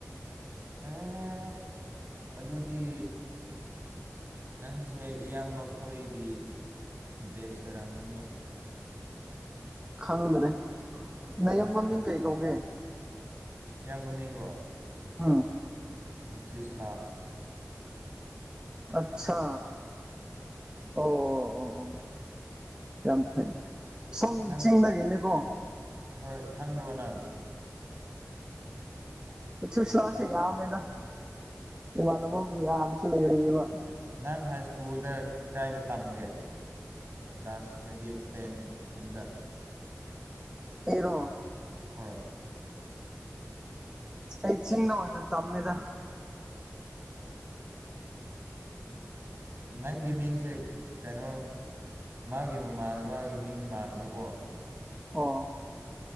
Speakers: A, on the right (about 45°); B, on the right (about 15°).
A: ꯑ‌ꯣ ꯑꯗꯨꯗꯤ ꯅꯪꯁꯦ ꯏꯌꯥꯝꯕ ꯈꯣꯏꯒꯤ ꯕꯦꯁ ꯑꯦꯔꯥꯝꯒꯅꯤꯅꯦ
B: ꯈꯪꯗ꯭ꯔꯦ
A: ꯃꯣꯏꯒ
B: ꯅꯌꯥꯝꯕ
A: ꯆꯞ
B: ꯃꯤꯡ
A: ꯃꯥꯟꯅꯔ
B: ꯀꯩ ꯀꯧꯒꯦ
A: ꯏꯌꯥꯝꯕ ꯃꯤꯡꯂꯣ
B: ꯎꯝ
A: ꯊꯤꯁꯂꯥ
B: ꯑꯠꯁꯥ ꯑꯣ ꯑꯣ ꯑꯣ ꯌꯥꯝ ꯐꯩ ꯁꯣꯝ
A: ꯅꯪ
B: ꯆꯤꯡꯗꯒꯦꯅꯦ ꯀꯣ
A: ꯍꯣꯏ ꯈꯪꯕ꯭ꯔꯣ ꯅꯪ
B: ꯨ <unintelligible> ꯌꯥꯝꯃꯦꯗ ꯏꯃꯥꯟꯅꯕ ꯃꯌꯥꯝꯁꯨ ꯂꯩꯔꯏꯕ
A: ꯅꯪ ꯍꯥꯏ ꯁ꯭ꯀꯨꯜꯗ ꯀꯥꯏꯗ ꯇꯝꯒꯦ ꯀ꯭ꯂꯥꯁ ꯍꯥꯏꯗꯤ ꯇꯦꯟꯒꯨꯝꯕꯗ
B: ꯑꯩꯔꯣ
A: ꯍꯣꯏ
B: ꯑꯩ ꯆꯤꯟꯗ ꯑꯣꯏꯅ ꯇꯝꯃꯤꯗ <inaudible>
A: ꯅꯪꯒꯤ ꯃꯤꯡꯁꯦ ꯀꯩꯅꯣ ꯃꯥꯒꯤ ꯃꯃꯥꯟꯅꯕꯒꯤ ꯃꯤꯡ ꯃꯥꯟꯕꯀꯣ
B: ꯑꯣ